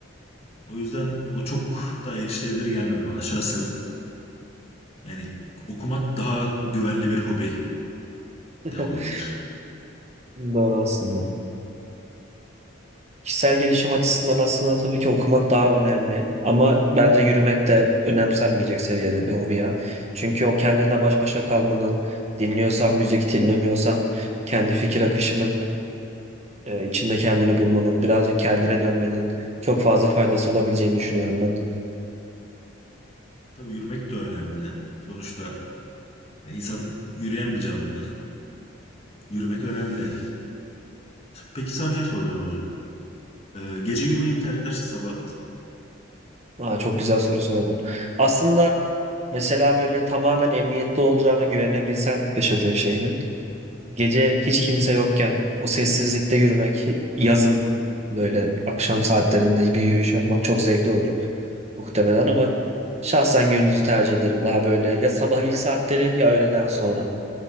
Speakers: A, on the left; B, on the right.
A: O yüzden o çok daha erişilebilir gelmedi bana şahsen. Yani okumak daha güvenli bir hobi
B: <laughs>
A: de olabilir.
B: Doğru aslında. Kişisel gelişim açısından aslında tabii ki okumak daha önemli. Ama bence yürümek de önemsenmeyecek seviyede bir hobi ya. Çünkü o kendinle baş başa kalmanın, dinliyorsan müzik, dinlemiyorsan kendi fikir akışının e, içinde kendini bulmanın, birazcık kendine dönmenin çok fazla faydası olabileceğini düşünüyorum ben.
A: Tabii yürümek de önemli. Sonuçta insan yürüyen bir canlı. Yürümek önemli. Peki sana bir şey soracağım hocam. Ee, gece yürümeyi mi tercih edersin sabah?
B: Aa, çok güzel soru sordun. Aslında mesela böyle tamamen emniyetli olacağına güvenebilsen yaşadığın şehrin. Gece hiç kimse yokken o sessizlikte yürümek yazın böyle akşam saatlerinde bir yürüyüş yapmak çok zevkli olur muhtemelen ama şahsen gündüzü tercih ederim. Daha böyle ya sabah ilk saatleri ya öğleden sonra.